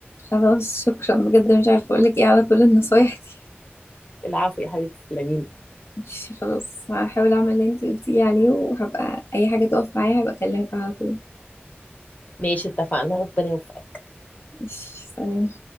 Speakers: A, on the left (about 80°); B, on the left (about 35°).
A: خلاص شكرا بجد مش عارفه اقول لك ايه على كل النصايح دي
B: العفو يا حبيبتي تسلميلي
A: <laughs> ماشي خلاص هحاول اعمل اللي انت قلتي لي عليه وهبقى اي حاجه تقف معايا هبقى اكلمك على طول
B: ماشي اتفقنا ربنا يوفقك
A: ماشي سلام